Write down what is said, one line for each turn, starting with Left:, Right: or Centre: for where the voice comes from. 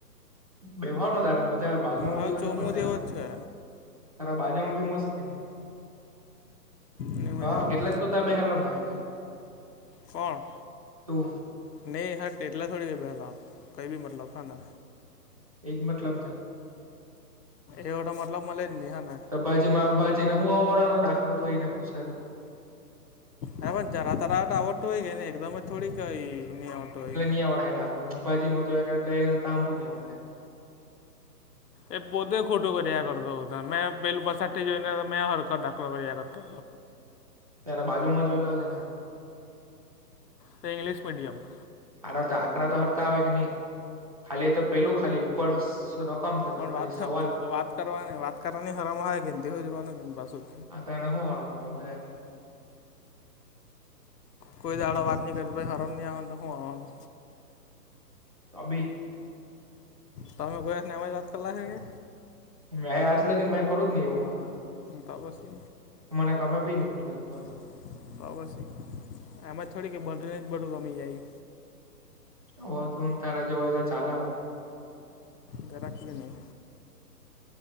Right: વ્યવહાર ન તારા મજા બાજુ માં
Left: હવે
Right: બીજો
Left: ચોમું
Right: નહી પણ તારા.
Left: જેવો જ છે
Right: ખરા બાજુમાં બી મસ્ત નહી,
Left: એની મજા
Right: હા
Left: આવે
Right: એટલે જ તો ત બેહેલ ના હજર.
Left: કોણ?
Right: તું
Left: નહીં હ તેટલા થોડી છે બેહેલા આપ કઈ ભી મતલબ હ ને.
Right: એજ મતલબ ને.
Left: એવો તો મતલબ મળે નહી હે ને
Right: બાજી માં બાજી ને હું આવડવા નો દાખલો તો એને પૂછે તે
Left: હ પણ જરા તરાટ આવડતું હોય કેને એકદમ જ થોડીક કઈ ન આવડતું હોય
Right: ે દાખલોને બાજીમાં જો એટલે એ ત તાંબુ નહી આવડે
Left: એ પોતે ખોટું કર્યા કરતો મેં પેલું પાછડી જોઈને મેં હરખો દાખલો કરી આપ્યૉ તો
Right: ત્યારે બાજુમાં જોઈ લેવા દે ને
Left: તે ઈંગ્લિશ મીડિયમ
Right: આ તો કાકરા તો હરખા આવે કે ની ખાલી એ તો પેલું ખાલી ઉપર રકમ છે તો
Left: પણ
Right: ખાલી
Left: વાત
Right: સવાલ
Left: વાત કરવાની વાત કરવાની હરમ આવી કે ની તે હો જવાનું પાછુ
Right: આ તને હુ હરમ આવે બધાથી
Left: કોઈ દાડો વાત ની કરે હરમ ની આવે તો હું આવે
Right: અબી
Left: તો અમે કોઈ હાથે આમ જ વાત કર લાખે કે
Right: મેં આજ લગીને મેં કરું જ ને એવું માતા
Left: તાવ આવશે
Right: મને ગમે બી પેલ્યો હતો
Left: તો પછી એમાં થોડી કે બધા બધું ગમી જાય
Right: હો તું તારા જો હોય તો ચાલે હોય
Left: જરાક બી નહી